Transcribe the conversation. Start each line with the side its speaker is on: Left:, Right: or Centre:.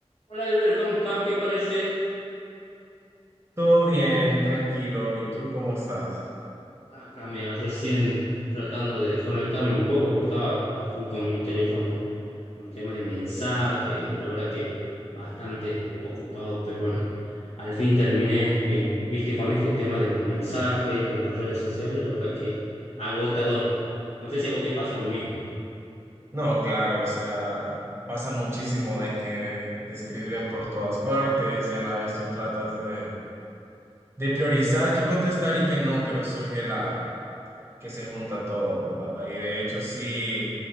Left: Hola, Iber, ¿cómo estás? ¿Qué parece?
Right: Todo bien, tranquilo. ¿Y tú cómo estás?
Left: Acá, mira, recién tratando de desconectarme un poco porque estaba a full con mi teléfono, con el tema de mensajes, la verdad que bastante ocupado, pero bueno, al fin terminé, eh, viste, con este tema de los mensajes, de las redes sociales, la verdad que agotador. No sé si a vos te pasa lo mismo.
Right: No, claro, o sea, pasa muchísimo de que te escriben por todas partes y a la vez tú tratas de, de priorizar qué contestar y qué no, pero surge la que se junta todo, ¿verdad? Y de hecho sí